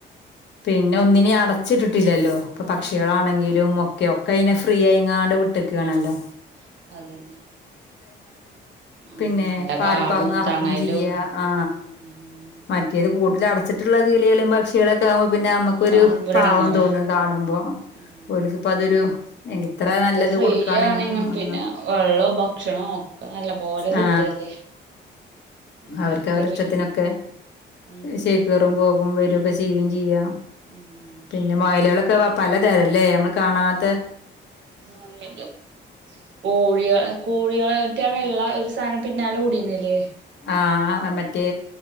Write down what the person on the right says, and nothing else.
അതെ
ഉം
ആഹ്
അതന്നെ ഉം
നല്ല
കാടും
തണലും
ഉം
കാണുമ്പൊരെടങ്ങേറാ
ഉം
ഇത് ഫ്രീ
ആണേനും
പിന്നെ വെള്ളോം ഭക്ഷണോം ഒക്കെ നല്ല പോലെ കിട്ടല്ലേ
നല്ല
ഒരു
ഉം
ഉം
ആ <unintelligible> കോഴികള് കോഴികളെ മറ്റേ വെള്ള ആ ഒരു സാനം പിന്നാലെ ഓടിയുന്നില്ലേ